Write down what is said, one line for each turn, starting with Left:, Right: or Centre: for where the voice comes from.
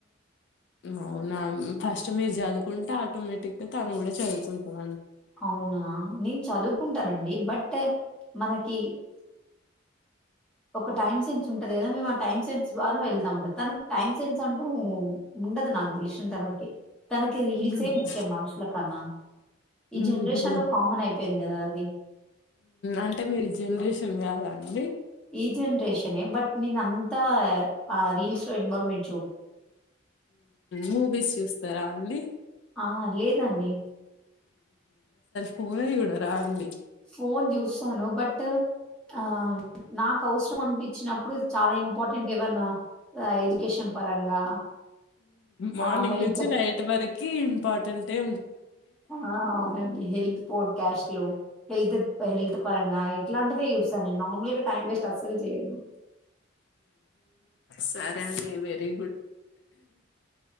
Left: అవు నా ఫస్ట్ మీరు చదువు కుంటే ఆటోమేటిక్గా తను కూడా చదువుకుంటాంది
Centre: అవునా నేను చదువుకుంటానండి బట్ మనకి ఒక టైమ్ సెన్స్ ఉం కదా మేము ఆ టైమ్ సెన్స్ ద్వారా వెళ్తా ఉంటంది తనకి టైం సెన్స్ అంటూ ఉండదు నాకు తెలిషంతవరికి తనకి రీల్సే
Left: ఊహు
Centre: ముఖ్యం మనుషుల కన్నా ఈ
Left: ఊహు
Centre: జనరేషన్ లో కామన్ అయిపో పోయింది గదా అది
Left: అంటే మీరు ఈ జనరేషన్ కాదా అండి
Centre: ఈ జనరేషనే బట్ నేన్ అంతా ఆ రీల్స్ లో ఇన్వాల్వ్మెంట్
Left: మూవీస్ చూస్తారా అండి
Centre: ఆ! లేదండి.
Left: ఫోన్ ఏ ఇవ్వకూడదు రాదండి
Centre: ఫోన్ చూస్తాను బట్ ఆ నాకు అవసరం అనిపించినప్పుడు చాలా ఇంపార్టెంట్ ఏవన్నా ఆహ్, ఎడ్యుకేషన్ పరంగా,
Left: మార్నింగ్
Centre: ఆహ్, హెల్త్
Left: నుంచి నైట్ వరకు ఇంపార్టెట్ ఏ
Centre: ఆ అవునండి హెల్త్ పోడ్ క్యాష్లు హెల్త్ హెల్త్ పరంగా ఇట్లాంటివే చూస్తా నేను నార్మల్గా టైమ్ వేస్ట్స్ట్ అసలు చెయ్యను
Left: సరే అండి వెరీ గుడ్